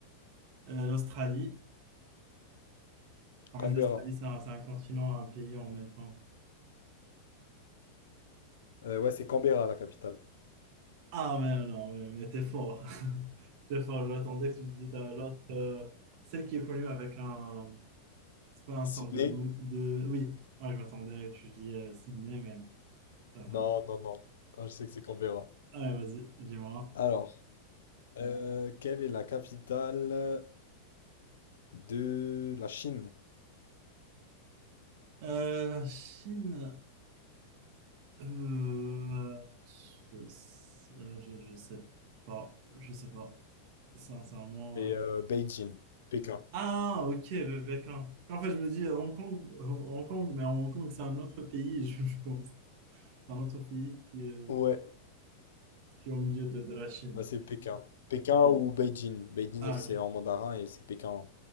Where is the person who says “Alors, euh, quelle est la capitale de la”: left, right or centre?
Left